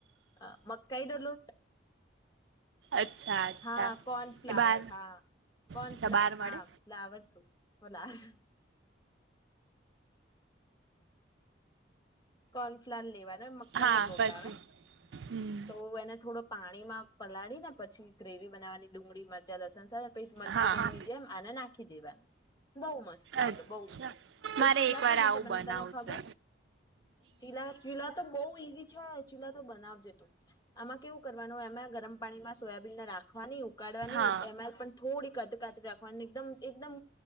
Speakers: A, on the left; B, on the right.
A: અ મકાઈનો લોટ
B: અચ્છા અચ્છા
A: હા કોર્નફ્લાવર
B: એ બાર
A: હા કોર્નફ્લાર
B: અચ્છા બાર મળે
A: હા ફ્લાવર શું! ભલા. કોર્નફ્લાર લેવા મકાઈનો
B: હા
A: લોટ
B: પછી
A: આવે
B: હમ
A: તો એને થોડો પાણીમાં પલાળી ને પછી ગ્રેવી બનાવાની ડુંગળી, મરચા, લસણ સાથે <unintelligible> મંચુરિયનની
B: હા
A: જેમ આને નાખી દેવાનું બહુ મસ્ત લાગે
B: અચ્છા
A: બહુ જ મસ્ત પછી
B: મારે
A: ચીલા
B: એક વાર
A: કઈ રીતે
B: આવું
A: બને
B: બનાવું
A: તને ખબર?
B: છે
A: ચીલા ચીલા તો બઉ ઈઝી છે. ચીલા તો બનાવજે તું આમાં કેવું કરવાનું એમાય ગરમ પાણીમાં સોયાબીનને રાખવાની ઉ કાળવાની
B: હા
A: એમાંય પણ થોડી કતકાચ રાખવાની એકદમ એકદમ